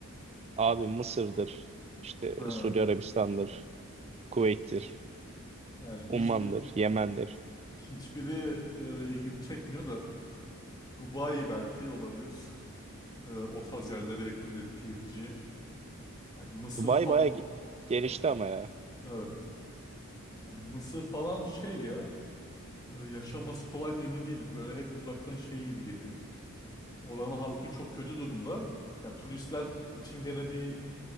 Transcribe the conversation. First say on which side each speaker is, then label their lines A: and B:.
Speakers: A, on the right; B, on the left.
A: Abi Mısır'dır, işte
B: Ha.
A: Suudi Arabistan'dır, Kuveyt'tir,
B: Yani
A: Umman'dır,
B: hiçbir
A: Yemen'dir.
B: Hiçbiri e, ilgimi çekmiyor da Dubai belki olabilir. E, o tarz yerlere yakın de, diyebileceğim. Yani Mısır
A: Dubai
B: falan.
A: bayağı ge- gelişti
B: Ha,
A: ama ya.
B: evet. Yani Mısır falan şey ya e, yaşaması kolay mı emin değilim. Böyle hep uzaktan şey gibi geliyor. Oranın halkı çok kötü durumda. Ya turistler için gene bir